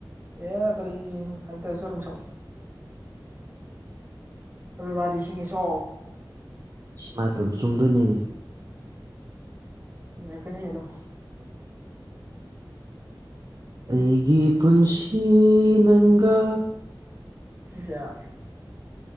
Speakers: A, on the right; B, on the right.
A: ꯑꯦ ꯀꯔꯤ ꯑ ꯍꯩ ꯇꯔꯁꯨ ꯑꯗꯨꯝ ꯁꯛꯎ ꯑꯕꯤꯕꯥꯗꯤꯁꯤꯡ ꯑꯁꯨ
B: ꯁꯃꯥꯏꯄꯦꯝꯃ ꯆꯨꯝꯗꯣꯏꯅꯤꯅꯦ
A: ꯅꯩꯀꯅꯤ ꯑꯗꯨꯝ
B: ꯑꯩꯒꯤ ꯄꯨꯟꯁꯤ ꯅꯪ ꯒ
A: ꯌꯥ